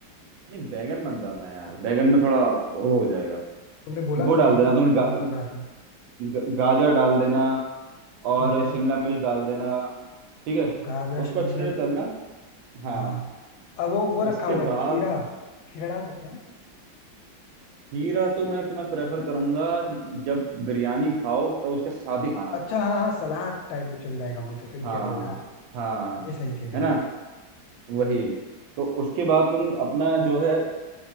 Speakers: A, on the right; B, on the left.
A: नहीं बैगन मत डालना यार बैगन में थोड़ा वो हो जाएगा
B: तुमने बोला
A: वो डाल
B: सब्जी
A: देना
B: तो मैं
A: तुम
B: कंफर्म
A: गा,
B: कर रहा था
A: ग- गाजर डाल देना और
B: ठीक है
A: शिमला मिर्च डाल देना ठीक है
B: गाजर
A: उसको
B: शिमला
A: अच्छे
B: मिर्च
A: से तलना हाँ
B: हाँ अब वो वो
A: उसके
B: रखा हुआ है
A: बाद
B: खीरा खीरा डाल सकते हैं
A: खीरा तो मैं तुम्हें प्रेफर करूंगा जब बिरयानी खाओ तो उसके साथ ही खाना
B: अच्छा हाँ हाँ सलाद टाइप में चल जाएगा वो तो सही
A: हाँ
B: कह रहे हो यार
A: हाँ
B: ये सही कह रहे
A: है ना
B: हो
A: वही तो उसके बाद तुम अपना जो है